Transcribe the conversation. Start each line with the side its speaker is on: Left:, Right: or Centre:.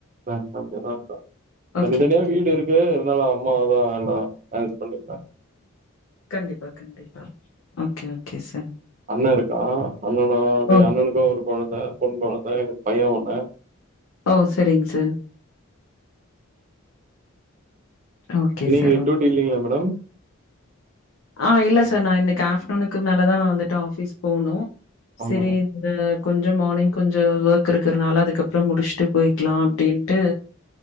Right: நாங்க தனியாதா இருக்கோ
Left: ஓகே,
Right: தனித்தனியா
Left: ஓகே.
Right: வீடு இருக்கு இருந்தாலு அம்மாதா எல்லா மேனேஜ் பண்ட்டுக்கிறாங்க
Left: கண்டிப்பா கண்டிப்பா ஓகே ஓகே சார்
Right: அண்ணன் இருக்கான்
Left: ஓ!
Right: அண்ணனுக்கும் ஒரு கொழந்த பொண் கொழந்த பையன் ஒன்னு
Left: ஓ செரிங்க சார் ஓகே
Right: நீங்க
Left: சார். ஓ
Right: டியூட்டி இல்லங்களா மேடம்
Left: ஆ இல்ல சார் நா இன்னைக்கு ஆப்டர்நூனுக்கு மேல தா நா வந்துட்டு ஆபீஸ் போகணும்
Right: ஆ
Left: செரி
Right: மேடம்
Left: இந்த கொஞ்சம் மார்னிங் கொஞ்சம் ஒர்க் இருக்கிறதுனால அதுக்கப்றோ முடிச்சுட்டு போயிக்கலாம் அப்டின்ட்டு